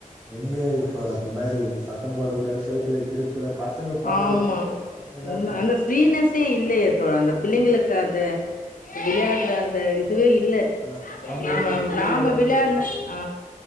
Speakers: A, in the centre; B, on the left (about 80°).
A: எங்க இப்ப அந்த மாறி சத்த போடக்கூடாது செவத்துல கிறு கூட பசங்க போற
B: ஆமா.
A: <inaudible> பசங்க இன்னா
B: உண்ம.
A: பண்றது
B: அந்த ஃப்ரீனஸ்ஸே இல்லயேத் தோழா அந்த பிள்ளைங்களுக்கு அந்த விளையாடடற அந்த இதுவே இல்ல
A: ஆஹ் அவங்களுக்கும்
B: நாம
A: ஃப்ரீடமே
B: நாம விளையாடுன
A: கெட்டு போகுது
B: அ